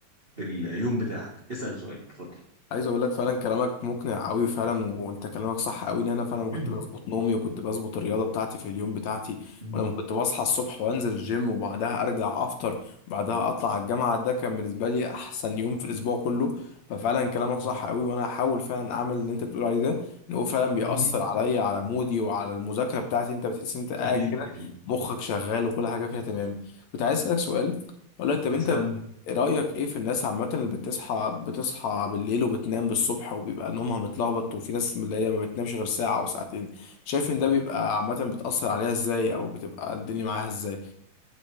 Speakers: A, on the right (about 25°); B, on the left (about 70°).
A: باليوم بتاعك اسأل سؤالك اتفضل
B: عايز اقول لك فعلا كلامك مقنع قوي فعلا وانت كلامك صح قوي ان انا فعلا كنت
A: <clears throat>
B: بظبط نومي وكنت بظبط الرياضه بتاعتي في اليوم بتاعتي
A: مم.
B: ولما كنت بصحى الصبح وانزل الجيم وبعدها ارجع افطر وبعدها اطلع على الجامعه ده كان بالنسبه لي احسن يوم في الاسبوع كله ففعلا كلامك
A: مم.
B: صح قوي وانا هحاول فعلا اعمل اللي انت بتقول عليه ده ان هو فعلا بيأثر
A: مم.
B: عليا على مودي وعلى المذاكره بتاعتي انت بتحس إن انت قاعد
A: اكيد
B: كده
A: اكيد
B: مخك شغال وكل حاجه فيها تمام كنت عايز اسالك سؤال اقول لك طب انت
A: اسألني
B: رأيك ايه في الناس عامة اللي بتصحى بتصحى بالليل وبتنام بالصبح وبيبقى نومها متلخبط وفي ناس من اللي هي ما بتنامش غير ساعة أو ساعتين شايف ان ده بيبقى عامة بتأثر عليها ازاي او بتبقى الدنيا معاها ازاي